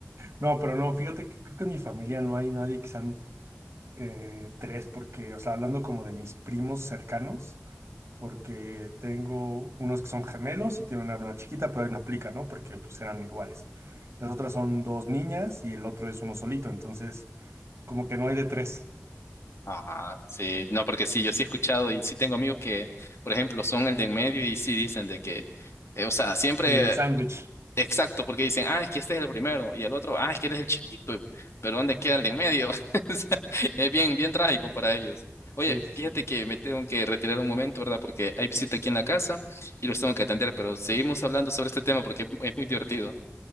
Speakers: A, on the right; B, on the left.
A: No, pero no, fíjate que creo que en mi familia no hay nadie que sean eh, tres, porque, o sea, hablando como de mis primos cercanos, porque tengo unos que son gemelos y tienen una hermana chiquita, pero ahí no aplica, ¿no? Porque pues eran iguales. Las otras son dos niñas y el otro es uno solito, entonces como que no hay de tres.
B: Ajá, sí, no, porque sí, yo sí he escuchado y sí tengo amigos que, por ejemplo, son el de en medio y sí dicen de que, eh, o sea, siempre
A: Y el sándwich.
B: Exacto, porque dicen, ah, es que este es el primero, y el otro, ah, es que él es el chiquito, pero ¿dónde queda el de en medio? <laughs> O sea, es bien, bien trágico para ellos. Oye,
A: Sí, sí,
B: fíjate
A: sí.
B: que me tengo que retirar un momento, ¿verdad? Porque hay visita aquí en la casa y los tengo que atender, pero seguimos hablando sobre este tema porque es muy divertido.